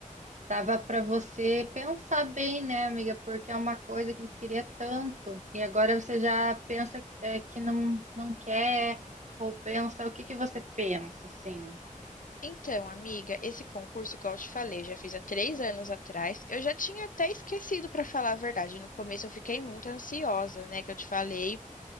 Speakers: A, on the right (about 60°); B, on the left (about 70°).
A: Dava para você pensar bem, né, amiga? Porque é uma coisa que você queria tanto e agora você já pensa é, que não, não quer ou pensa o que que você pensa, assim?
B: Então, amiga, esse concurso, que eu te falei, eu já fiz há três anos atrás. Eu já tinha até esquecido, pra falar a verdade. No começo eu fiquei muito ansiosa, né? Que eu te falei.